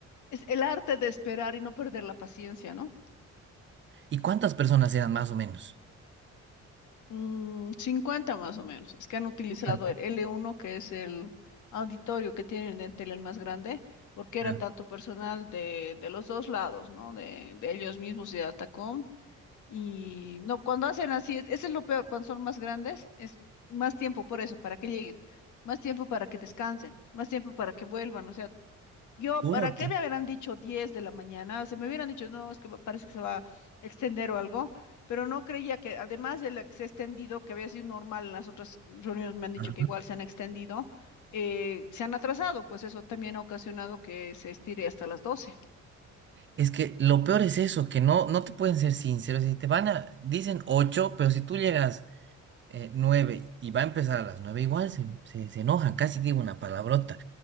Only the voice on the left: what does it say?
es el arte de esperar y no perder la paciencia, ¿no?
Mm, 50 más o menos. Es que han utilizado
el L1, que es el auditorio que tienen en Entel el más grande, porque era
tanto personal de, de los dos lados, ¿no? De, de ellos mismos y de Atacom. Y no, cuando hacen así, es- eso es lo peor, cuando son más grandes, es más tiempo por eso, para que lleguen, más tiempo para que descansen, más tiempo para que vuelvan. O sea, yo,
¿para qué
me habrán dicho 10 de la mañana? Se me hubieran dicho, no, es que va- parece que se va a extender o algo, pero no creía que, además de la que se ha extendido, que había sido normal en las otras reuniones, me han dicho
que igual se han extendido, eh, se han atrasado, pues eso también ha ocasionado que se estire hasta las doce.